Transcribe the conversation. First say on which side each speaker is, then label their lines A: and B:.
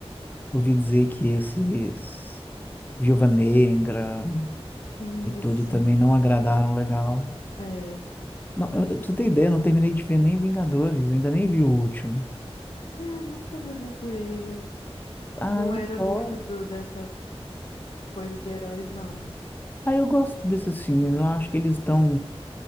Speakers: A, on the left; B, on the left.
A: ouvi dizer que esses Viúva Negra
B: Isso,
A: e tudo também não agradaram legal.
B: é.
A: Não, eu, eu- pra você ter ideia, eu não terminei de ver nem Vingadores, eu ainda nem vi o último.
B: É, Eu nunca me aventurei, eu
A: Ah,
B: não
A: eu
B: era
A: gosto.
B: muito do, dessa coisa de heróis, não.
A: Ah, eu gosto desses filmes, eu acho que eles estão